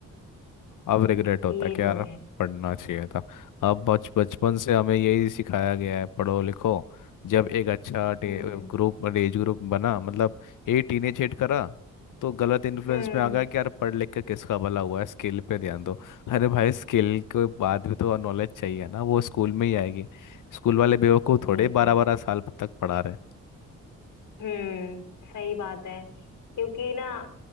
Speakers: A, on the left (about 60°); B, on the left (about 80°).
A: अब रिग्रेट होता
B: ये
A: है कि यार
B: तो है
A: पढ़ना चाहिए था अब बच बचपन से हमें यही सिखाया गया है पढ़ो लिखो जब एक अच्छा
B: हम्म
A: ग्रुप एज ग्रुप बना मतलब ये टीनेज हिट करा तो गलत इन्फ्लुएंस
B: हम्म
A: में आ गया कि यार पढ़ लिख के किसका भला हुआ है स्किल पे ध्यान दो अरे भाई स्किल के बाद भी तो नॉलेज चाहिए ना वो स्कूल में ही आएगी स्कूल वाले बेवकूफ़
B: ये
A: थोड़े
B: तो
A: बारह
B: है
A: बारह साल तक पढ़ा रहे
B: हम्म सही बात है क्योंकि ना